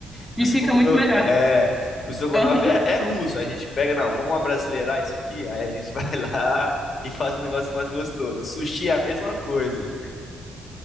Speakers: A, on the left; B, in the centre.
A: Se
B: e
A: você
B: fica
A: for comer,
B: muito
A: o-
B: melhor.
A: é, o estrogonofe
B: Aham.
A: é, é
B: <laughs>
A: russo. A gente pega, não, vamos abrasileirar isso aqui, aí a gente <laughs> vai lá e faz um negócio mais gostoso. O sushi é a mesma coisa.